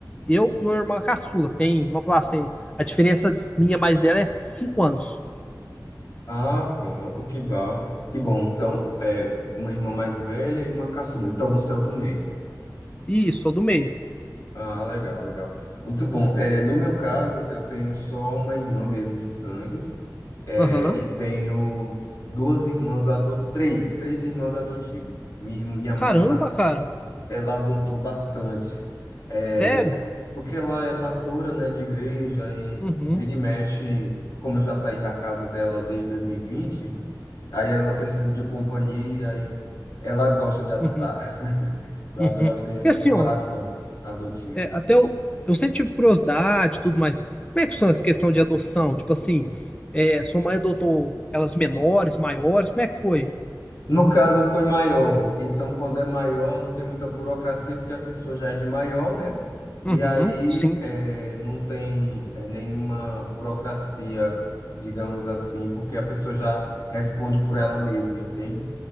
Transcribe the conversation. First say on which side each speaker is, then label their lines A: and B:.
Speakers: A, on the left; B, on the left.
A: Eu e uma irmã caçula, que tem, vamos falar assim, a diferença minha mais dela é cinco anos.
B: Ah, pronto, que bom. Que bom. Então, é, uma irmã mais velha e uma caçula. Então, você é o do meio.
A: Isso, sou do meio.
B: Ah, legal, legal. Muito bom. É, no meu caso, eu tenho só uma irmã mesmo de sangue, é,
A: Aham.
B: e tenho duas irmãs adotivas, três, três irmãs adotivas. Minha, irmã- minha mãe,
A: Caramba,
B: ela,
A: cara.
B: ela adotou bastante,
A: Sério?
B: É, porque ela é pastora, né, de igreja, e
A: Uhum,
B: vira e mexe, como eu já saí da casa dela desde 2020, aí ela precisa de companhia, e ela gosta de adotar,
A: uhum,
B: <laughs> sabe?
A: uhum.
B: Ela tem esse
A: E assim,
B: coração
A: ó,
B: adotivo.
A: é, até eu, eu sempre tive curiosidade e tudo mais. Como é que funciona essa questão de adoção? Tipo assim, é, sua mãe adotou elas menores, maiores? Como é que foi?
B: No caso, foi maior. Então, quando é maior, não tem muita burocracia, porque a pessoa já é de maior, né? E
A: Uhum,
B: aí,
A: sim.
B: eh, não tem, eh, nenhuma burocracia, digamos assim, porque a pessoa já responde por ela mesma, entende?